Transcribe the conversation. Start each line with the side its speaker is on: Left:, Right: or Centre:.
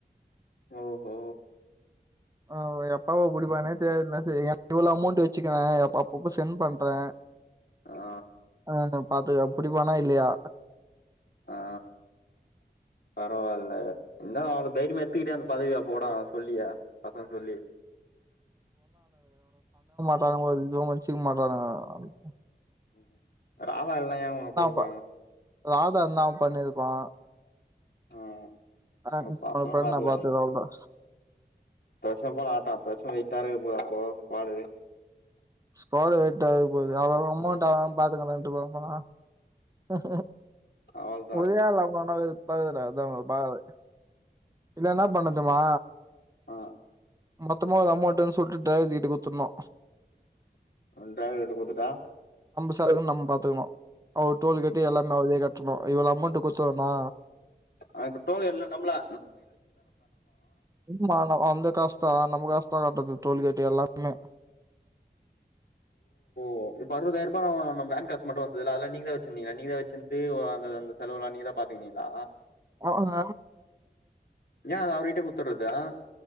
Left: ஓஹோ
Right: ஆ எப்ப அவ புடிப்பான்னே தெரியாது நா செரி இவ்ளோ அமௌண்ட் வச்சுக்குவே அப்பப்ப சென்ட் பண்றே
Left: ஆ
Right: ஆ பாத்துக்க அப்டி போனா இல்லையா
Left: ஆ பரவால்ல இத் இல்ல அவ்ளோ தைரியமா எட்த்துக்கிறயே அந்த பதவிய போட சொல்லியே பசங்க சொல்லி
Right: ப்பற அவுங்க எதுவு வச்சுக்க மாட்றானுக.
Left: ம் ராதா இல்ல ஏன் உனக்கு குடுக்க
Right: ப
Left: போறாங்க
Right: ராதா இருந்தா அவ பண்ணிருப்பா
Left: ஆ
Right: ஆ <unintelligible>
Left: பாக்கவு
Right: அப்பற
Left: வர்ல
Right: நா பாத்துக்குவே அவ்ளவுதா
Left: <unintelligible> அப்போ ஸ்குவாடுது
Right: <unintelligible> போது அவ அவ அமௌண்ட் அவ அவ பாத்துக்கனுன்ட்டு கெளம்புறா ம்ம்மு
Left: அவள் தான்
Right: ஒரே ஆள லவ் பண்றோ அது <unintelligible> இல்லன்னா பண்ணட்டுமா
Left: ஆ
Right: மொத்தமா ஒரு அமெண்ட்டுன்னு சொல்ட்டு ட்ரைவர்கிட்ட குடுத்துட்னு
Left: அ ட்ரைவர்கிட்ட குட்த்துட்டா
Right: மித்த ஆளுகல நம்ம பாத்துக்கணு அவுரு டோல் கேட்டு எல்லாமே அவரே கட்டணு இவ்ளோ அமௌண்ட் குட்த்துறோண்ணா
Left: அ இப்ப டோல்கேட்லா நம்ப்ளே
Right: <unintelligible> நா ஆ அந்த காஸ்தா நம்ம காஸ்தா கட்றது டோல்கேட் எல்லாத்மே
Left: இப்போ இப்ப அறுபதாயிரூபா வேன் காசு மட்டும் வந்ததுல்ல அதெல்லா நீங்கதான் வச்சுருந்தீங்களா நீங்கதான் வச்சிருந்து அந்த செலவு எல்லா பாத்தீங்களா பாத்துனீங்களா
Right: அவங்க
Left: ஏன் அது அவருகிட்ட கூத்துர்றதா